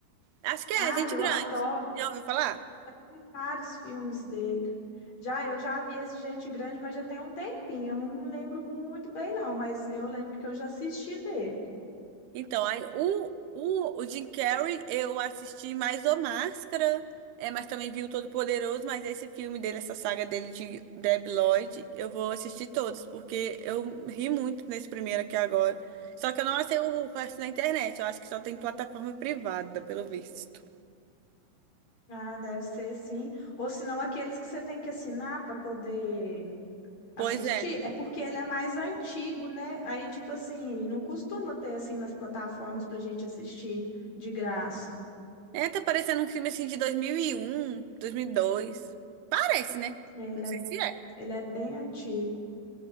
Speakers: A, on the right; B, on the left.
A: Acho que
B: Ah,
A: é Gente
B: eu
A: Grande.
B: adoro.
A: Já ouviu falar?
B: Vi vários filmes dele. Já, eu já vi esse Gente Grande, mas já tem um tempinho. Eu não lembro muito bem, não, mas eu lembro que eu já assisti dele.
A: Então, aí, o, o, o Jim Carrey, eu assisti mais O Máscara, é, mas também vi o Todo-Poderoso, mas esse filme dele, essa saga dele de Deb Lloyd, eu vou assistir todos, porque eu ri muito nesse primeiro aqui agora. Só que eu não achei o resto na internet, eu acho que só tem plataforma privada, pelo visto.
B: Ah, deve ser sim. Ou senão aqueles que você tem que assinar para poder assistir,
A: Pois é.
B: é porque ele é mais antigo, né? Aí, tipo assim, não costuma ter assim nas plataformas para gente assistir de graça.
A: É, tá parecendo um filme assim de dois dois mil mil e um, dois mil e dois. Parece, né?
B: É, Ele
A: Não sei
B: é,
A: se é,
B: ele é bem antigo.